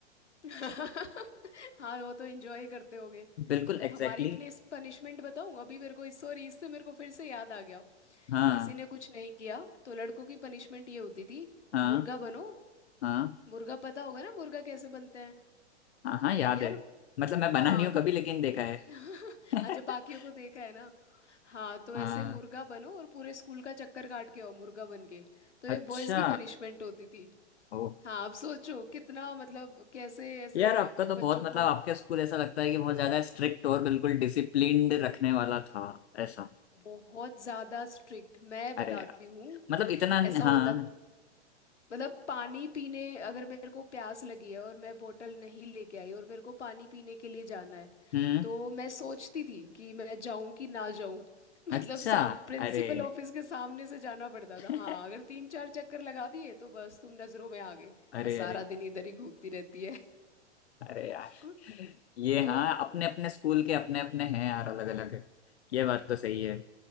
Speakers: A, on the left (about 80°); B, on the left (about 65°).
A: <laughs> हाँ वो तो एंजॉय करते होगे
B: बिल्कुल
A: हमारी
B: एग्जैक्टली exactly,
A: पनिशमेंट बताऊं अभी मेरे को सॉरी इससे मेरे को फिर से याद आ गया
B: हाँ
A: किसी ने कुछ नहीं किया तो लड़कों की पनिशमेंट ये होती थी
B: हाँ
A: मुर्गा बनो
B: हाँ
A: मुर्गा पता होगा ना मुर्गा कैसे बनते हैं
B: हाँ हाँ याद
A: यार
B: है मतलब मैं बना
A: हाँ
B: नहीं हूँ कभी लेकिन देखा है
A: <laughs>
B: <laughs>
A: अच्छा बाकियों को देखा है ना हाँ तो
B: हाँ
A: ऐसे मुर्गा बनो और पूरे स्कूल का चक्कर काट के आओ मुर्गा बन के तो
B: अच्छा
A: ये बॉयज की पनिशमेंट होती थी
B: ओ
A: हाँ आप सोचो कितना मतलब कैसे ऐसे
B: यार आपका तो
A: बच्चों
B: बहुत मतलब
A: को
B: आपके स्कूल ऐसा लगता है कि बहुत ज्यादा स्ट्रिक्ट और बिल्कुल डिसिप्लिन्ड रखने वाला था ऐसा
A: बहुत ज्यादा स्ट्रिक्ट मैं
B: अरे
A: बताती हूँ
B: मतलब इतना
A: ऐसा
B: हाँ
A: होता मतलब पानी पीने अगर मेरे को प्यास लगी है और मैं बोतल नहीं लेके आई और मेरे को पानी पीने के लिए जाना है
B: हम्म
A: तो मैं सोचती थी कि मैं जाऊं कि ना जाऊं <laughs> मतलब
B: अच्छा
A: साम प्रिंसिपल
B: अरे
A: ऑफिस के सामने से जाना पड़ता था
B: <laughs>
A: हाँ अगर तीन चार चक्कर लगा दिए तो बस तुम नजरों में आ गए
B: अरे
A: हाँ सारा
B: अरे
A: दिन इधर ही घूमती रहती है
B: अरे यार
A: <laughs>
B: ये
A: तो
B: हाँ अपने अपने स्कूल के अपने अपने हैं यार अलग अलग ये बात तो सही है